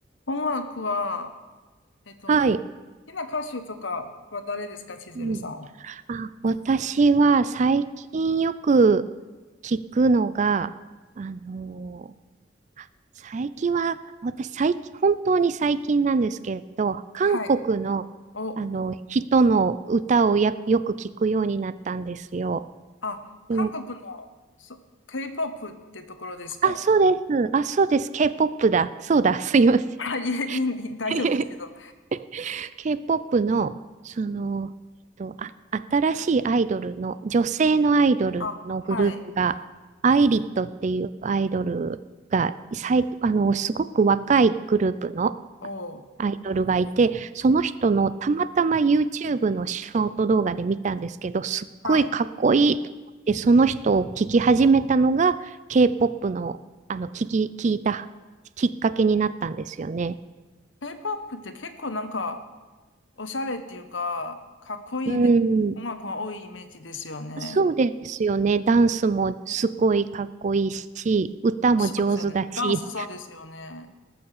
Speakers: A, on the left; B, on the right.
A: 音楽は、えっと、
B: はい。
A: 好きな歌手とかは誰ですか、千鶴さんは。
B: うんあ、私は最近よく聞くのが、あのーあ最近は、私最近、本当に最近なんですけど、韓国の、
A: はい。お、
B: あの人の歌をやよく聞くようになったんですよ。
A: あ、韓国の、
B: でも、
A: そ、K-POP ってところですか。
B: あ、そうです。あ、そうです。K-POP だ。そうだ。すいません。
A: <laughs> はい、いえ、いい、いい大丈夫ですけど。
B: <laughs> K-POP の、その、えっと、あ、新しいアイドルの、女性のアイドルのグループが、
A: あ、はい。
B: アイリットっていうアイドルが、最、あの、すごく若いグループの
A: お、
B: アイドルがいて、その人のたまたま YouTube のショート動画で見たんですけど、すっごいかっこいいと思って、
A: はい。
B: その人を聞き始めたのが、K-POP の、あの、聞き、聞いたきっかけになったんですよね。
A: K-POP って結構なんか、おしゃれっていうか、かっこいいで、
B: うん。
A: 音楽が多いイメージですよね。
B: そうですよね。ダンスもすごいかっこいいし、歌も上手だし、
A: そうですよね。ダンスそうですよね。